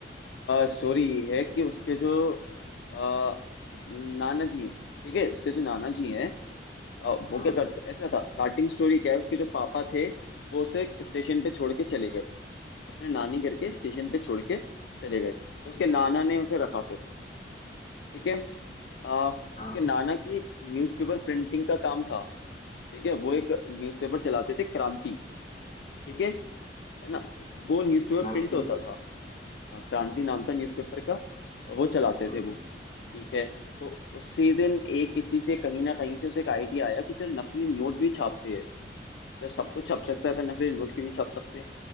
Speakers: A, on the left; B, on the left.
A: स्टोरी ये है कि उसके जो अ, नाना जी हैं ठीक है उसके जो नाना जी हैं अ, वो
B: हाँ
A: क्या करते ऐसा था स्टार्टिंग स्टोरी क्या है उसके जो पापा थे वो उसे स्टेशन पे छोड़ के चले गए अपने नानी घर के स्टेशन पे छोड़ के चले गए तो उसके नाना ने उसे रखा फिर ठीक है अ,
B: हाँ
A: उसके नाना की न्यूज़पेपर प्रिंटिंग का काम था ठीक है वो एक न्यूज़पेपर चलाते थे क्रांति ठीक है है ना वो न्यूज़पेपर
B: क्रांति
A: प्रिंट होता था हाँ क्रांति नाम था न्यूज़पेपर का वो चलाते
B: हम्म
A: थे वो
B: हम्म,
A: ठीक है तो उसी दिन एक किसी से कहीं ना कहीं से उसे एक आइडिया आया कि चल नकली नोट भी छापते हैं जब सब कुछ छप सकता है तो नकली नोट क्यों नहीं छप सकते